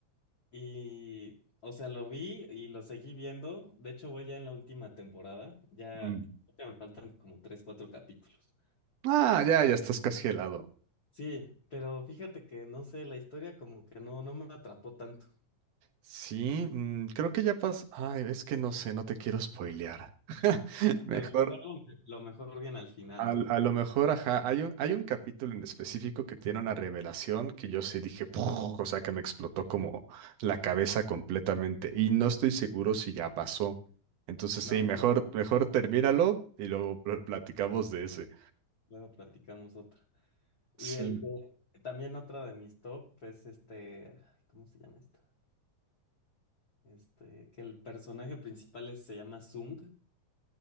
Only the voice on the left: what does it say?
Y, o sea, lo vi y lo seguí viendo. De hecho, voy ya en la última temporada. Ya
creo me faltan como tres, cuatro capítulos.
Sí, pero fíjate que no sé, la historia como que no, no me atrapó tanto.
A lo mejor lo, lo mejor viene al final,
¿no?
Pero
no,
entonces
luego platicamos otra. Y
el que también otra de mis top es este, ay, ¿cómo se llama esta? Este, que el personaje principal es- se llama Sung.